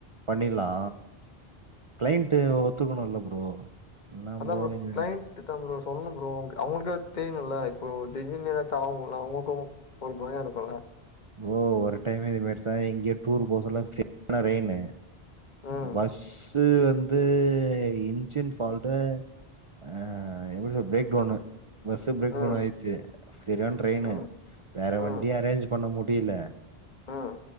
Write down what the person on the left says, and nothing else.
அதா ப்ரோ
க்ளைண்ட் தா ப்ரோ சொல்ணும் ப்ரோ அவங்களுக்கே அது தெரியணுல்ல இப்போ திடீர்னு எதாச்சு ஆவுல்ல அவங்களுக்கு ஒரு பய இருக்குல்ல
ம்,
ம்,
ம்,
ம்,
ம்.